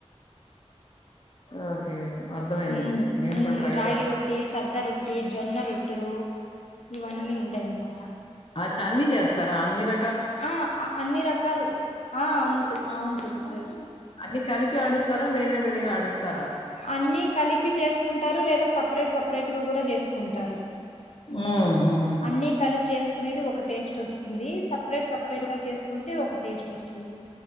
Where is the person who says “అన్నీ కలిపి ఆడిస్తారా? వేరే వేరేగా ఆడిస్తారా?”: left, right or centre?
Left